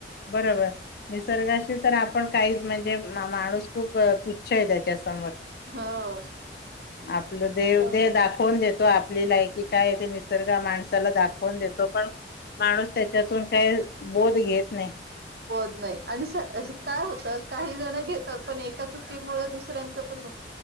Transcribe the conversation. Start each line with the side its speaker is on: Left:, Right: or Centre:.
Left: बरोबर निसर्गाशी तर आपण काहीच म्हणजे माणूस खूप तुच्छ आहे त्याच्या
Right: हो
Left: आपलं देव
Right: त्यामुळे
Left: दे दाखवून देतो आपली लायकी काय ते निसर्ग माणसाला दाखवून देतो पण माणूस त्याच्यातून काय बोध घेत हो
Right: बत नाही आणि काय होत काही जण घेतात पण एका चुकीमुळे दुसऱ्यांचं पण नक